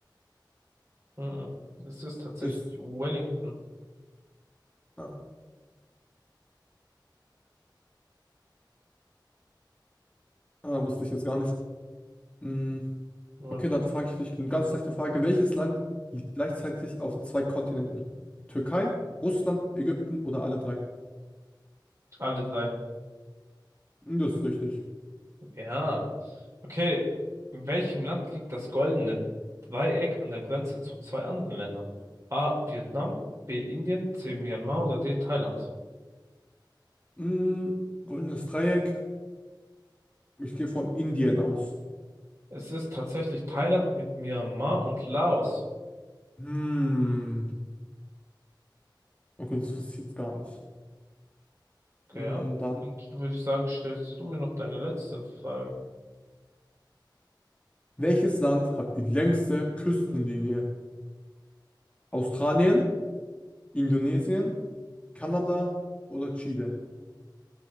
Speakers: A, on the right (about 40°); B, on the left (about 15°).
A: Mhm. Es ist tatsächlich
B: Ist,
A: Wellington.
B: ah, ah, wusste ich jetzt gar nicht. Mm,
A: Ja,
B: okay,
A: ist
B: dann
A: gut.
B: frage ich dich eine ganz leichte Frage. Welches Land liegt gleichzeitig auf zwei Kontinenten? Türkei, Russland, Ägypten oder alle drei?
A: Alle drei.
B: Hm, Das ist richtig.
A: Ja. Okay. In welchem Land liegt das goldene Dreieck an der Grenze zu zwei anderen Ländern? A. Vietnam, B. Indien, C. Myanmar oder D. Thailand?
B: Mm, goldenes Dreieck. Ich gehe von Indien aus.
A: Es ist tatsächlich Thailand mit Myanmar und Laos.
B: Hm. Okay, das wusste ich jetzt gar nicht.
A: Okay,
B: Mm,
A: ja.
B: Dann,
A: Dann würde ich sagen, stellst du mir noch deine letzte Frage.
B: welches Land hat die längste Küstenlinie? Australien, Indonesien, Kanada oder Chile?